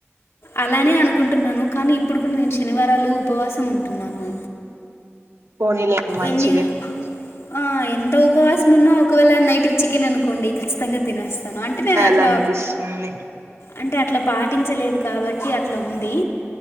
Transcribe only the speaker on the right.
పోనీ లే మంచిదే
లన్ పిస్తుంది.